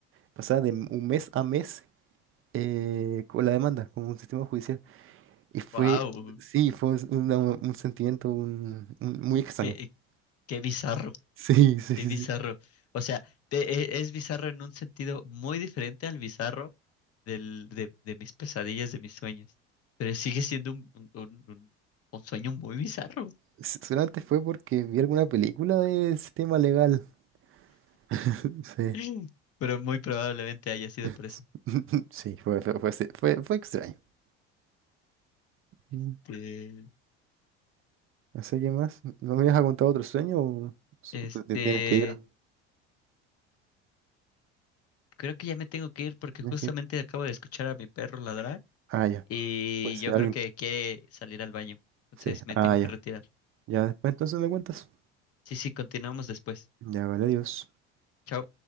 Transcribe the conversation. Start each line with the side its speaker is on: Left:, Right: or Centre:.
Right: pasaba de m- un mes a mes eh, con la demanda, como un sistema judicial. Y fue,
Left: Wow,
Right: sí, fue un, una- un sentimiento un- un- muy extraño.
Left: qué,
Right: <laughs>
Left: qué bizarro.
Right: Sí, sí, sí,
Left: Qué bizarro.
Right: sí.
Left: O sea, te- e- es bizarro en un sentido muy diferente al bizarro del, de, de mis pesadillas, de mis sueños. Pero sigue siendo un, un, un- un- un sueño muy bizarro.
Right: S- Solamente fue porque vi alguna película de sistema legal. <laughs> Sí.
Left: <laughs> Pero muy probablemente haya sido
Right: <laughs>
Left: por eso.
Right: Sí, fue, fue, fue, fue fue extraño.
Left: Este,
Right: Mm. No sé qué más. ¿No me ibas a contar otro sueño o so-
Left: este,
Right: te te tienes que ir?
Left: creo que ya me tengo que ir porque
Right: Tienes
Left: justamente
Right: que ir.
Left: acabo de escuchar a mi perro ladrar
Right: Ah, ya.
Left: y
Right: Puede ser
Left: yo creo
Right: alguien.
Left: que quiere salir al baño. Entonces
Right: Sí,
Left: me
Right: ah,
Left: tengo
Right: ya.
Left: que retirar.
Right: Ya después entonces me cuentas.
Left: Sí, sí, continuamos después.
Right: Ya, vale, adiós.
Left: Chao.